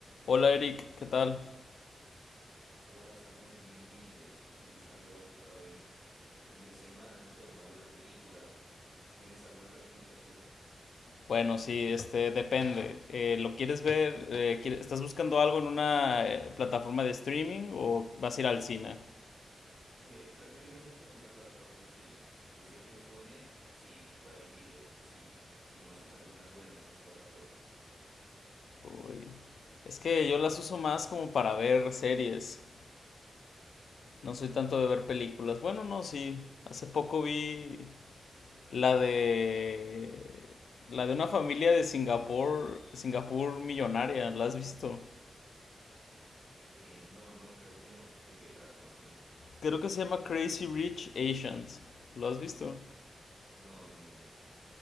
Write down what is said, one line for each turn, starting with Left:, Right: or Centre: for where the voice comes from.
Left: Hola Eric, ¿qué tal?
Right: Hola Samuel, bien, bien, ve. Aquí buscando algo para ver el fin de semana, no sé, una buena película. ¿Tú ¿Tienes alguna recomendación?
Left: Bueno, sí, este depende. Eh, ¿lo quieres ver? Eh, quiere- ¿estás buscando algo en una eh, plataforma de streaming o vas a ir al cine?
Right: Eh, preferiblemente en una plataforma de streaming. Pues yo tengo Netflix y, y Prime Video. No sé si, si conozcas algunas buenas de esas plataformas.
Left: Uy. Es que yo las uso más como para ver series. No soy tanto de ver películas. Bueno, no, sí. Hace poco vi la de la de una familia de Singapur, Singapur millonaria. ¿La has visto?
Right: Eh, no, no, creo que no. ¿De qué trata más o menos?
Left: Creo que se llama Crazy Rich Asians. ¿Lo has visto?
Right: No, no, no.